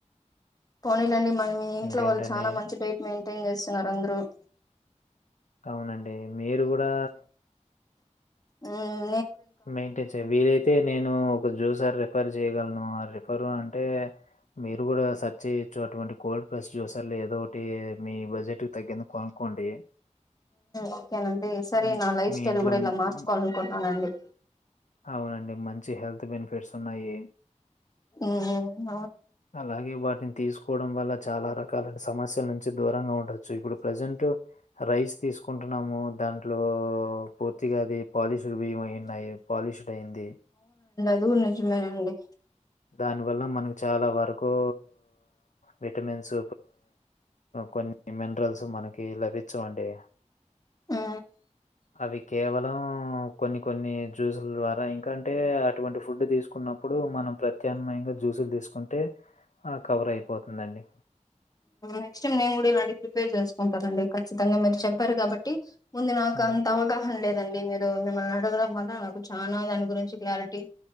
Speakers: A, on the left; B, on the left.
A: కొనీ లేండి మ మీ ఇంట్లో
B: ఇంకేంటండి
A: వాళ్ళు చాలా మంచి డైట్ మెయింటైన్ చేస్తున్నారు అందరు <inaudible>
B: అవునండి మీరు కూడా
A: హు
B: మెయింటైన్స్ చేయం వీలైతే నేను ఒక జ్యూసర్ రిఫర్ చేయగలను ఆ రిఫర్ అంటే మీరు కూడా సర్చ్ చేయొచ్చు అటువంటి కోల్డ్ ప్రెస్ట్ జ్యూసర్ ఏదో అంటే మీ బడ్జెట్ తగ్గింది కొనుక్కోండి
A: ఓకేనండి సరే
B: హ్మ్.
A: నా లైఫ్
B: మీ
A: స్టైల్
B: ఇంట్లో
A: కూడా
B: హ్మ్.
A: ఇలా మార్చుకోవాలి అనుకుంటున్నానండి
B: అవునండి మంచి హెల్త్ బెనిఫిట్స్ ఉన్నాయి
A: హుహు
B: అలాగే బట్ తీసుకోవడం వల్ల చాలా రకాలైన సమస్యల నుం దూరంగా ఉండొచ్చు ఇప్పుడు ప్రజెంట్ రైస్ తీసు చసుకుంటున్నాము, దాంట్లో పూర్తిగా అది పాలిష్డ్ బియ్యం అయిన్నాయి, పాలిష్డ్ అయింది.
A: అదు నిజమేనండి
B: దాని వల్ల మనకు చాలా వరకు విటమిన్స్ కొన్ని మినరల్స్ మనకి లభించవండి
A: హు
B: అవి కేవలం కొన్ని కొన్ని జ్యూసుల ద్వారా ఇంకంటే అటువంటి ఫుడ్ తీసుకున్నప్పుడు మనం ప్రత్యాన్మయంగా జ్యూసులు తీసుకుంటే ఆ కవర్ అయిపోతుందండి
A: నెక్స్ట్ టైం నేను కూడా ఇలా ప్రిపేర్ చేసుకుంటాన అండి ఖచ్చితంగా మీరు చెప్పారు కాబట్టి ముందు నాకు
B: హ్మ్.
A: అంత అవగాహన లేదండి మీరు మిమ్మల్ని అడగడం వల్ల నాకు చాలా దాని గురించి క్లారిటీ